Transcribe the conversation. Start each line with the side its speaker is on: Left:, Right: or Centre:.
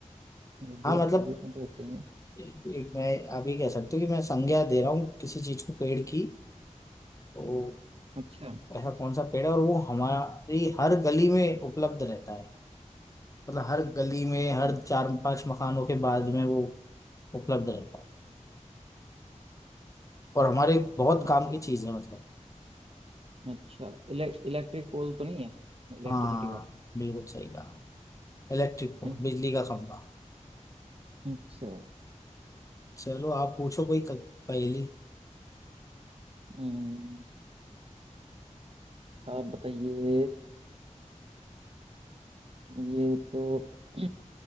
Right: गोभी
Left: हाँ
Right: का
Left: मतलब
Right: फूल भी उसमें तो होते ही हैं।
Left: एक एक मैं आप ये कह सकते हो कि मैं संज्ञा दे रहा हूँ किसी चीज को पेड़ की तो
Right: अच्छा
Left: ऐसा कौन सा पेड़ है और वो हमारी हर गली में उपलब्ध रहता है मतलब हर गली में हर
Right: हम्म,
Left: चार पांच मकानों के बाद में वो उपलब्ध रहता है और हमारे बहुत
Right: अच्छा
Left: काम की चीज है मतलब
Right: अच्छा इले, इलेक्ट्रिक पोल तो नहीं है इलेक्ट्रिसिटी
Left: हाँ
Right: का
Left: बिल्कुल सही कहा इलेक्ट्रिक को
Right: हम्म,
Left: बिजली का खंभा
Right: अच्छा
Left: चलो आप पूछो कोई क- पहेली
Right: हम्म, आप बताइए ये तो <clears throat>